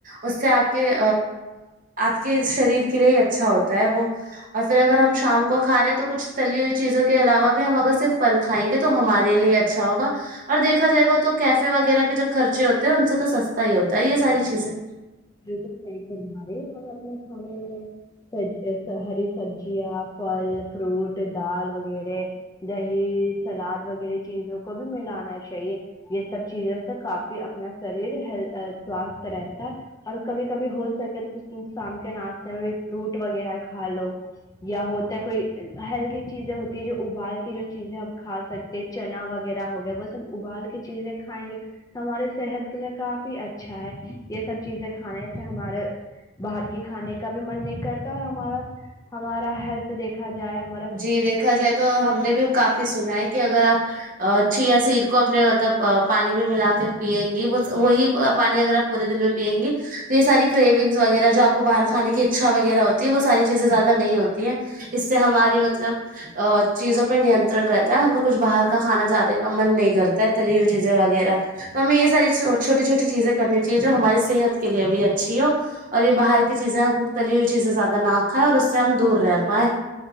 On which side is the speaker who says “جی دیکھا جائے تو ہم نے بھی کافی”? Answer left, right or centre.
Right